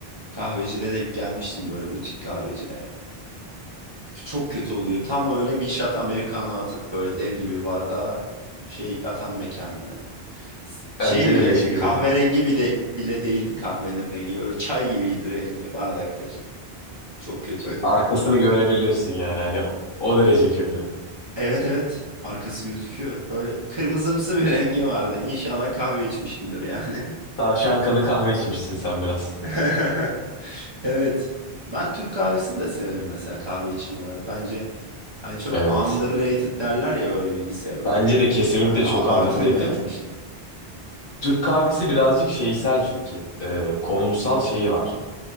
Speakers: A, on the right; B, on the left.
A: kahvecide denk gelmiştim böyle butik kahvecide. Çok kötü oluyor. Tam öyle bir shot Americano atıp böyle dev gibi bardağa şey atan mekanda hani. S- Şey
B: Bence
A: bile
B: de leş
A: değildi.
B: gibi.
A: Kahverengi bir de bile değildi kahvenin rengi. Böyle çay gibiydi rengi bardaktaki. Çok kötüydü.
B: Arkasını görebiliyorsun yani hani o derece kötü.
A: Evet evet. Arkası gözüküyor. Böyle kırmızımsı bir <laughs> rengi vardı. İnşallah kahve içmişimdir yani.
B: Tavşan kanı kahve içmişsin sen biraz.
A: <laughs> Evet. Ben Türk kahvesini de severim mesela kahve içimi olarak. Bence hani çok
B: Evet.
A: underrated derler ya böyle bilgisayar oyunlarında.
B: Bence de kesinlikle
A: Hani abartılmayan
B: çok underrated.
A: bir şey.
B: Türk kahvesi birazcık şeysel çünkü. Ee, konumsal şeyi var.